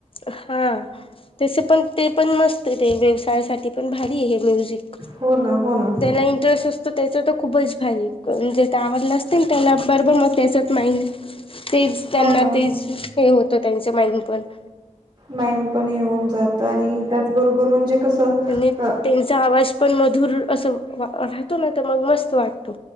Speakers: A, on the left; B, on the right.
A: हा त्याच पण ते पण मस्त आहे ते व्यवसाय. <unintelligible> साठी पण भारी आहे. म्युझिक
B: हो ना हो ना.
A: ज्यांना इंटरेस् असतो त्याच तर खूपच भारी जे <unintelligible> <unintelligible> बरोबर मस त्याच्यात नाही, ते त्यांना
B: हो ना
A: तेच हे होत त्यां <unintelligible>
B: माइंड पण येऊन, जात आणि त्याचबरोबर म्हणजे कसं.
A: आणि
B: अ
A: त्यांच आवाज पण मधुर अ <unintelligible> राहतो ना तर मग मस्त. वाटतो